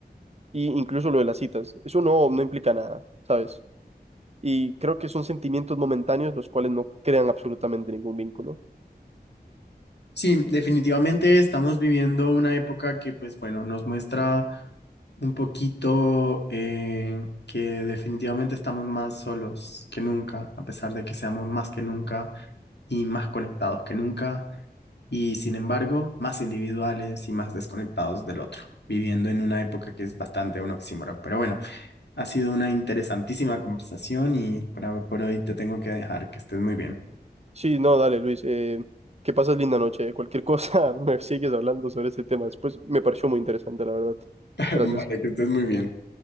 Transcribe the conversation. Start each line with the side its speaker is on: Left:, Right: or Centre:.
Right: y incluso lo de las citas, eso no, no implica nada, ¿sabes? Y creo que son sentimientos momentáneos los cuales no crean absolutamente ningún vínculo.
Left: Sí, definitivamente estamos viviendo una época que, pues bueno, nos muestra un poquito eh, que definitivamente estamos más solos que nunca, a pesar de que seamos más que nunca y más conectados que nunca, y sin embargo, más individuales y más desconectados del otro, viviendo en una época que es bastante un oxímoron. Pero bueno, ha sido una interesantísima conversación y por, hoy- por hoy te tengo que dejar que estés muy bien.
Right: Sí, no, dale, Luis. Eh, que pases linda noche. Cualquier cosa, <laughs> me sigues hablando sobre este tema después. Me pareció muy interesante, la verdad.
Left: <laughs>
Right: Gracias.
Left: Vale, que estés muy bien.